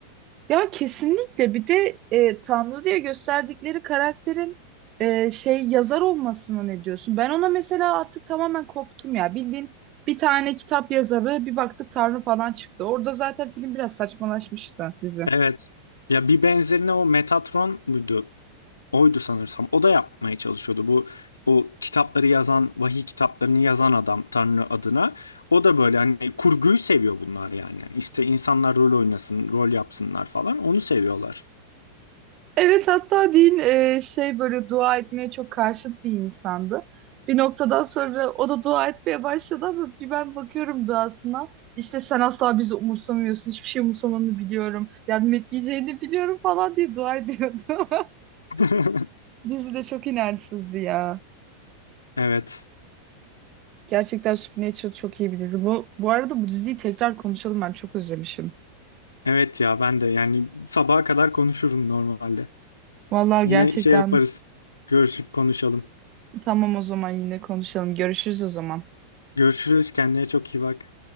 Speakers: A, on the right; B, on the left.
A: Ya kesinlikle bir de e, Tanrı diye gösterdikleri karakterin e, şey yazar olmasına ne diyorsun? Ben ona mesela artık tamamen koptum ya. Bildiğin bir tane kitap yazarı bir baktık Tanrı falan çıktı. Orada zaten film biraz saçmalaşmıştı dizi.
B: Evet. Ya bir benzerine o Metatron muydu? oydu sanırsam. O da yapmaya çalışıyordu. Bu o kitapları yazan, vahiy kitaplarını yazan adam Tanrı adına. O da böyle hani kurguyu seviyor bunlar yani. İşte insanlar rol oynasın, rol yapsınlar falan. Onu seviyorlar.
A: Evet hatta din e, şey böyle dua etmeye çok karşıt bir insandı. Bir noktadan sonra o da dua etmeye başladı ama bir ben bakıyorum duasına. İşte sen asla bizi umursamıyorsun. Hiçbir şey umursamanı biliyorum. Yardım etmeyeceğini biliyorum falan diye dua ediyordu. <laughs>
B: <laughs>
A: Dizi de çok inançsızdı ya.
B: Evet.
A: Gerçekten Supernatural çok iyi bir dizi. Bu, bu arada bu diziyi tekrar konuşalım ben çok özlemişim.
B: Evet ya ben de yani sabaha kadar konuşurum normalde.
A: Vallahi
B: Yine
A: gerçekten
B: şey yaparız. Görüşüp konuşalım.
A: tamam o zaman yine konuşalım. Görüşürüz o zaman.
B: Görüşürüz. Kendine çok iyi bak.